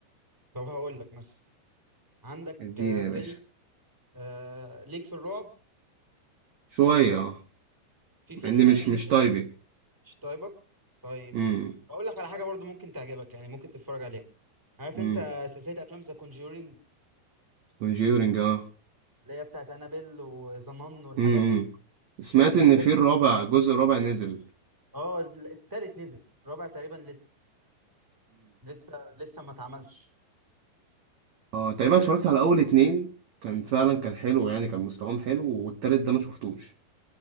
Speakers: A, in the centre; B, on the right.
A: طب هقول لك مثلا عندك
B: اديني
A: آه،
B: يا
A: فيلم
B: باشا
A: آه، ليك في الرعب
B: شوية اه
A: في
B: مع
A: فيلم
B: اني مش
A: قديم
B: مش طيبي
A: مش طيبك طيب
B: امم
A: اقول لك على حاجه برضو ممكن تعجبك يعني ممكن تتفرج عليها عارف
B: امم
A: انت سلسله افلام ذا كونجورينج
B: كونجيورنج اه
A: اللي هي بتاعت انابيل وظنان والحاجات
B: امم
A: دي
B: سمعت
A: الحاجات
B: ان في
A: دي
B: الرابع الجزء الرابع نزل
A: اه التالت نزل الرابع تقريبا لسه لسه لسه ما اتعملش
B: اه تقريبا
A: التالت
B: اتفرجت على اول اتنين كان فعلا كان حلو يعني كان مستواهم حلو والتالت ده ما شفتوش